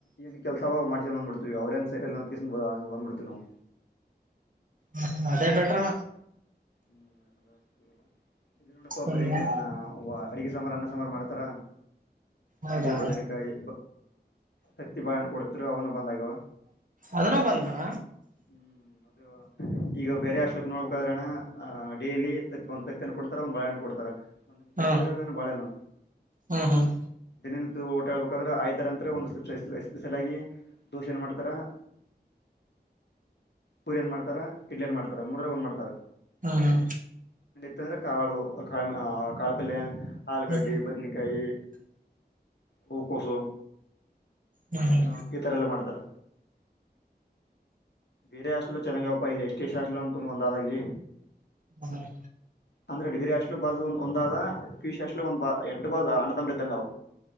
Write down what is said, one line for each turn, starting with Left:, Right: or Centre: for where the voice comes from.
Left: ಏನ್ ಕೆಲ್ಸಾವ ಮಾಡ ಮಂದ್ಡ್ತೀ ಅವ್ರೇನ್ ಸರಿಯ ಪಯನ್ಪತ್ತನವು
Right: ಹ ಅದೇ ಬೆಟರ್
Left: ಹ್ಮ್ಕಲ್ಲ <unintelligible> ಇಲ್ಲಿ ನೋಡಪ್ಪಾ
Right: ಸುಮ್ನೆ
Left: ಬರೇ ಏನಲ್ಲಾ ಅಡಿಗೆ ಸಾರ್ರ ಅ ಸುಮಾರು ಮಾಡ್ತಾರ
Right: ಹೌದಾ
Left: ಇದೇ ಬದನಕಾಯ ತತ್ತಿ ಬಾಳಣ ಕೊಡ ಹ ಅವನು ಬಂದಗ್ಯವ
Right: ಅದನ್ನ ಬಂದಣ
Left: ಹ್ಮ್ ಅದು ಈಗ ಬೇರೆ ಅಷ್ಟಲಕ್ ನೋಡ್ಬೇಕಾದ್ರಣ ಡೈಲಿ ತತ್ ಒಂದ್ತ್ತನ್ನು ಕೊಡ್ತಾರ ಒಂದ್ ಬಾಳೆನ ಕೊಡ್ತಾರ ಒಂದದ್ರ
Right: ಹಾ
Left: ಒಂದ ಬಾಳೆನು
Right: ಹ್ಮ್ ಹ್ಮ್
Left: ದಿನ. ಇ ಓಟ ಹಬೇಕಂದ್ರೆ ಆಯ್ತರ ಅಂತ ಒಂದು ಸ್ಪ್ ಸ್ಪೆಷಲ್ ಆಗಿ ದೋಸೆ ಏನ್ ಮಾಡ್ತಾರೆ. ಪೂರಿ ಏನ್ ಮಾಡ್ತಾರ ಇಡ್ಲಿ ಏನ್ ಮಾಡ್ತಾರ ಮೂರರೆ ಒಂದ್ ಮಾಡ್ತಾರ.
Right: ಹಾ ಹಾ.
Left: ತಂದ್ರೆ ಕಾಳು ಕಾಳ ಕಾಳಪಲ್ಲ್ಲಯ. ಆಲೂಗಡ್ಡಿ
Right: ಹ್ಮ್
Left: ಬದನಕಾಯಿ. ಹೂಕೋಸು.
Right: ಹ್ಮ
Left: ಚಿಕನ್
Right: ಹ
Left: ಈ ತರ ಎಲ್ಲ ಮಾಡ್ತಾರೆ. ಬೇರೆ ಹಾಸ್ಟೆಲ್ ಎಲ್ಲಾ ಚೆನ್ನಾಗ ಅವ ಪಾ ಇಲ್ಲಿ S T S C hostel ಅಂತನು ಒಂದಾದ ಇಲ್ಲಿ
Right: ಹ್ಮ್ ಹ್ಮ್
Left: ಅಂದ್ರೆ ಡಿಗ್ರಿ ಹಾಸ್ಟೆಲ್ ಬಾಜು ಒಂದಾದ ಪಿಯುಸಿ ಹಾಸ್ಟೆಲ್ ಒಂದ ಬಾಜು ಒ ಎಡ್ಡು ಬಡ್ಡು ಅಣ್ತಮ್ಮಂದಿರ್ ಇದ್ದಂಗಅವ.